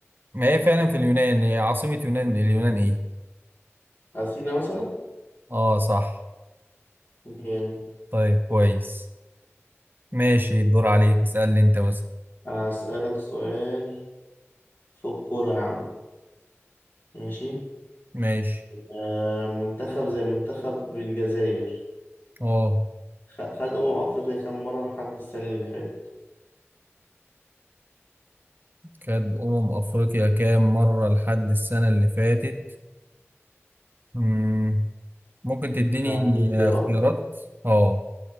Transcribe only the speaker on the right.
ما هي فعلا في اليونان هي عاصمة يونان اليونان ايه؟
اه صح
طيب كويس ماشي الدور عليك اسألني انت مثلا
ماشي
اه
كانت أمم أفريقيا كام مرة لحد السنة اللي فاتت؟ مم. ممكن تديني
اختيارات؟ اه